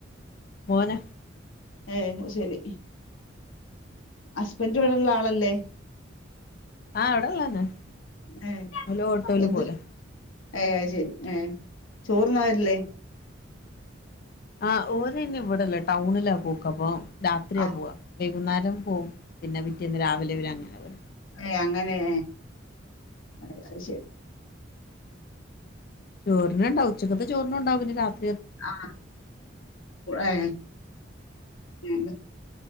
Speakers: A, on the left; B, on the left.
A: മോനാ
B: ഏ ശരി ഹസ്ബൻഡ ഇവിടെള്ള ആളല്ലേ
A: ആഹ് ഇവടെള്ളന്നെ
B: ഏ
A: ഓല് ഓട്ടോല്
B: എന്ത്
A: പോവലാ
B: ഏ ശരി ഏ ചോറൊന്നുമായിട്ടില്ലേ
A: ആ ഓരന്നെ ഇവിടെല്ല ടൗണില പോക്കപോ രാത്രിയാ
B: ആഹ്
A: പോവാ വൈകുന്നേരം പോകവും പിന്നെ പിറ്റേന്ന് രാവിലെ വരെ അങ്ങനെ വര
B: ഏയ് അങ്ങനെ ഏ അ ശ
A: ചോറിണണ്ടാവ ഉച്ചക്കത്തെ ചോറിനും ഉണ്ടാവും പിനി രാത്രി
B: ആ ഏ ഉം